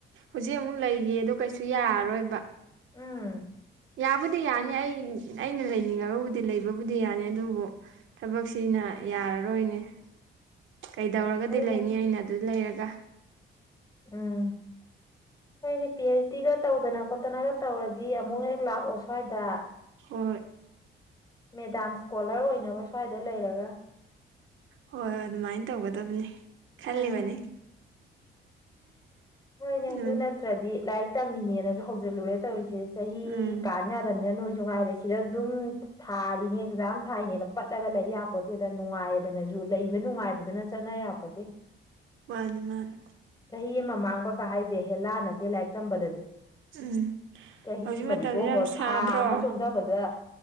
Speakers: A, on the right (about 75°); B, on the left (about 20°).
A: ꯍꯧꯖꯤꯛ ꯑꯃꯨꯛ ꯂꯩꯒꯦꯗꯣ ꯀꯩꯁꯨ ꯌꯥꯔꯔꯣꯏꯕ
B: ꯎꯝ
A: ꯌꯥꯕꯨꯗꯤ ꯌꯥꯅꯤ ꯑꯩ ꯑꯩꯅ ꯂꯩꯅꯤꯡꯉꯒꯕꯨꯗꯤ ꯂꯩꯕꯕꯨꯗꯤ ꯌꯥꯅꯤ ꯑꯗꯨꯕꯨ ꯊꯕꯛꯁꯤꯅ ꯌꯥꯔꯔꯣꯏꯅꯦ ꯀꯩꯗꯧꯔꯒꯗꯤ
B: ꯍꯣꯏꯅꯦ
A: ꯂꯩꯅꯤ ꯑꯩꯅ ꯑꯗꯨ ꯂꯩꯔꯒ
B: ꯎꯝ ꯅꯣꯏꯅ ꯄꯤ ꯑꯩꯩꯆ ꯗꯤꯒ ꯇꯧꯗꯅ ꯈꯣꯠꯇꯅꯒ ꯇꯧꯔꯗꯤ ꯑꯃꯨꯛ ꯍꯦꯛ ꯂꯥꯛꯑꯣ ꯁ꯭ꯋꯥꯏꯗ
A: ꯍꯣꯏ ꯍꯣꯏ
B: ꯃꯦꯗꯥꯝ ꯏꯁꯀꯣꯂꯔ ꯑꯣꯏꯅꯕ ꯁ꯭ꯋꯥꯏꯗ ꯂꯩꯔꯒ
A: ꯍꯣꯏ ꯑꯗꯨꯃꯥꯏꯅ ꯇꯧꯒꯗꯕꯅꯤ ꯈꯜꯂꯤꯕꯅꯤ
B: ꯎꯝ ꯍꯣꯏꯅꯦ ꯑꯗꯨ
A: ꯎꯝ
B: ꯅꯠꯇ꯭ꯔꯗꯤ ꯂꯥꯏꯔꯤꯛ ꯇꯝꯃꯤꯅꯦꯅꯁꯨ ꯍꯧꯖꯤꯜꯂꯨꯔꯦ ꯇꯧꯔꯤꯁꯦ ꯆꯍꯤ
A: ꯎꯝ
B: ꯀꯥꯟ ꯌꯥꯗꯝꯅꯤꯅ ꯅꯣꯏꯁꯨ ꯉꯥꯏꯔꯦ ꯁꯤꯗ ꯑꯗꯨꯝ ꯊꯥꯔꯤꯅꯦ ꯑꯦꯛꯖꯥꯝ ꯊꯥꯏꯅꯦꯅ ꯄꯠꯂꯒ ꯂꯩ ꯌꯥꯥꯛꯄꯣꯠꯇꯦꯗ ꯅꯨꯡꯉꯥꯏꯅꯁꯨ ꯂꯩꯕ ꯅꯨꯡꯉꯥꯏꯕꯗꯨꯅ ꯆꯠꯅ ꯌꯥꯄꯣꯠꯇꯦ
A: ꯃꯥꯅꯤ ꯃꯥꯅꯤ
B: ꯆꯍꯤ ꯑꯃ ꯃꯥꯡꯕ ꯀ ꯍꯥꯏꯁꯦ ꯍꯦꯂꯥ ꯅꯠꯇꯦ ꯂꯥꯏꯔꯤꯛ ꯇꯝꯕꯗꯗꯤ
A: ꯎꯝ
B: ꯆꯍꯤ
A: ꯍꯧꯖꯤꯛ
B: ꯑꯃꯗꯤ
A: ꯃꯇꯝꯁꯦ
B: ꯇꯣꯛꯈ꯭ꯔꯣ
A: ꯌꯥꯝ ꯁꯥꯗ꯭ꯔꯣ
B: ꯊꯥ ꯑꯃ ꯆꯣꯟꯊꯕꯗ